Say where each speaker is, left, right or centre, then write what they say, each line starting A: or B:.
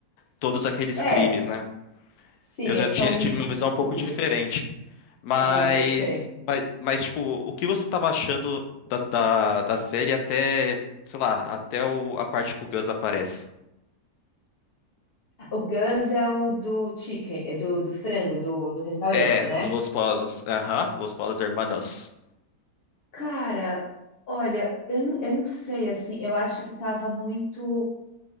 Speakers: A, on the left; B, on the left.
A: todos aqueles
B: É.
A: crimes, né?
B: Sim,
A: Eu já
B: acho
A: tinha,
B: que é um mix
A: tive uma
B: de
A: visão um pouco
B: tudo,
A: diferente.
B: assim.
A: Mas,
B: Ah, pode ser.
A: mas, mas tipo, o que você tava achando da, da, da série até, sei lá, até o- a parte que o Gus aparece?
B: O Gus é o do chicken, é do, do frango, do, do restaurante,
A: É,
B: né?
A: do Los Polos. Aham, Los Polos Hermanos.
B: Cara, olha, eu não, eu não sei, assim, eu acho que tava muito.